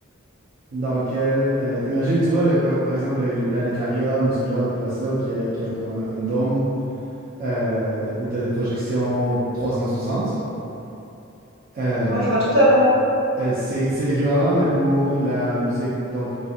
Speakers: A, on the right; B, on the right.
A: dans lequel, euh, t'imagines, tu vois, le- par, par exemple, les, les planétariums ou ce genre de place-là, où il y a, qu'il y a comme un, un dôme euh, où tu as des projections 360. Euh,
B: Ouais, je vois totalement.
A: Euh, c'est, c'est l'équivalent, mais pour la musique. Donc,